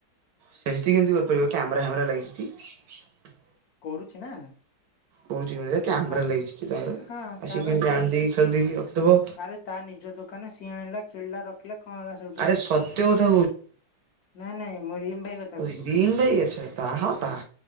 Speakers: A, on the right; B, on the left.
A: ସେମିତି କେମିତି କରିପାରିବ କ୍ୟାମେରା ଫ୍ୟାମେରା ଲାଗିଛି ଟି।
B: କରୁଛି ନା।
A: କହୁଛିତି କ୍ୟାମେରା
B: ଆ
A: ଲାଗଛି କି ତାଙ୍କର
B: ହଁ
A: ଆସିକି
B: ତାପରେ
A: କେମତି
B: ବି ଯୋଉ
A: ଆଣି ଦେଇକି ଖେଳି ଦେଇକିରଖିଦବ
B: ଆରେ ତା ନିଜ ଦୋକାନ ସିଏ ଆଣିଲା ଖେଳିଲା ରଖିଲା କଣ ହେଲା ସେଉଠୁ
A: ଆରେ ସତ୍ୟ କଥା
B: ନାଇଁ ନାଇଁ। ମୁଁ ରିମ୍ ଭାଇ କଥା
A: <unintelligible> ତେଲ
B: କହୁଚି
A: ଯୋଉଠୁ ଗାଡ଼ିରେ
B: ହଁ